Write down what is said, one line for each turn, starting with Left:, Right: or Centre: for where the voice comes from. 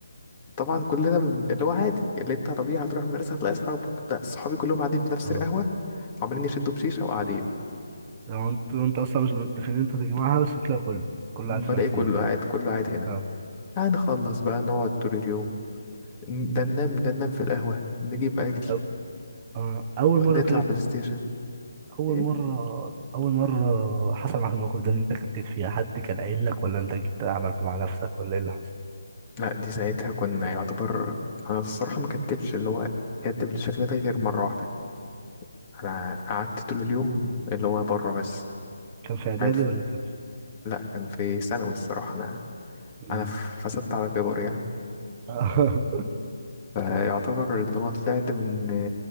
Left: طبعا كلنا من- اللي هو عادي اللي انت طبيعي هتروح المدرسة هتلاقي صحابك لا صحابي كلهم قاعدين في نفس
Right: اه
Left: القهوة عمالين يشدوا بشيشة وقاعدين
Right: يعني انت انت اصلا مش متفقين إن انت تجمعها بس هتلاقي كله كله
Left: بلاقي
Right: قاعد في نفس
Left: كله
Right: المكان
Left: قاعد كله قاعد هنا
Right: اه
Left: هنخلص بقى نقعد طول اليوم ن- ده ننام ده ننام في القهوة نجيب أكل
Right: طب آه. اول مرة
Left: نطلع
Right: طيب
Left: بلاي ستيشن
Right: اول
Left: ايه
Right: مرة اول مرة حصل معاك الموقف ده اللي انت كتبت فيها حد كان قايل لك ولا انت جبت عملته مع نفسك ولا ايه اللي حصل
Left: لا دي ساعتها كنا يعتبر انا الصراحة ما كتبتش اللي هو كتب الشكل ده غير مرة واحدة انا قعدت طول اليوم اللي هو بره بس
Right: كان في اعدادي
Left: قاعد في...
Right: ولا كان في
Left: لا كان في ثانوي الصراحه انا
Right: مم.
Left: انا فسدت على كبر يعني
Right: اه
Left: فيعتبر اللي هو طلعت من